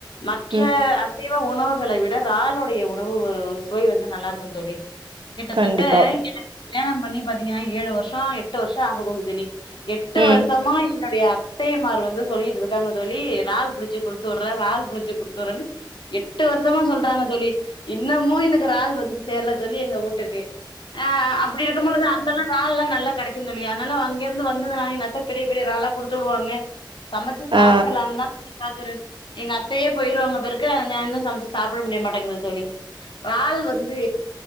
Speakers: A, on the left; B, on the right.
A: மற்ற
B: ம்
A: அசைவ உணவுகளை விட றாலுடைய உணவு வ சுவை வந்து நல்லாருக்கு தோழி கிட்டத்தட்ட
B: கண்டிப்பா
A: எனக்கு கல்யாணம் பண்ணி பாத்திங்கன்னா ஏழு வர்ஷோ எட்டு வர்ஷோ ஆக போகுது தோழி எட்டு
B: ம்
A: வர்ஷமா என்னுடைய அ அத்தையமார் வந்து சொல்லிட்டு இருக்காங்க தோழி றால் புடுச்சு குடுத்து வுர்றே றால் புடிச்சு குடுத்து வுர்றேனு எட்டு வருஷமா சொல்றாங்க தோழி இன்னமு எனக்கு றால் வந்து சேர்ல தோழி எங்க ஊட்டுக்கு ஆ அப்டி இருக்கும் பொழுது அந்தல்லா றால்லா நல்லா கெடைக்கு தோழி அதுனால அங்க இருந்து வந்ததுனா எங்கத்த பெரிய பெரிய றாலா குடுத்து வுடுவாங்க சமச்சு சாப்ட்றலான்தா
B: ஆ
A: தோழி பாக்குறே எங்க அத்தையே போயிருவாங்க பொருக்கு நா இன்னு சமச்சு சாப்ட முடிய மாட்டேங்குது தோழி றால் வந்து